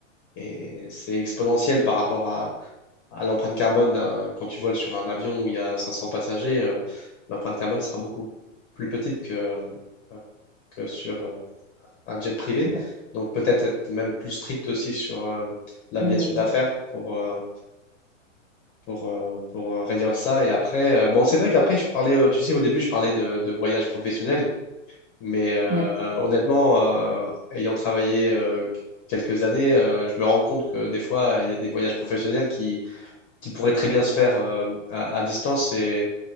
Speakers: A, on the left; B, on the right.
A: est- c'est exponentiel par rapport à, à l'empreinte carbone d'un, quand tu voles sur un avion où il y a 500 passagers, euh, l'empreinte carbone sera beaucoup plus petite que, euh, que sur, euh, un jet privé.
B: Ouais.
A: Donc peut-être être même plus strict aussi sur euh, l'aviation
B: Oui, oui.
A: d'affaires pour, euh, pour, euh, pour euh, réduire ça. Et après, euh, bon, c'est vrai qu'après, je parlais, euh, tu sais, au début, je parlais de, de voyage professionnel, mais euh,
B: Ouais.
A: euh, honnêtement, euh, ayant travaillé euh, quelques années, euh, je me rends compte que des fois, il y a des voyages professionnels qui, qui pourraient très bien se faire euh, à, à distance. Et,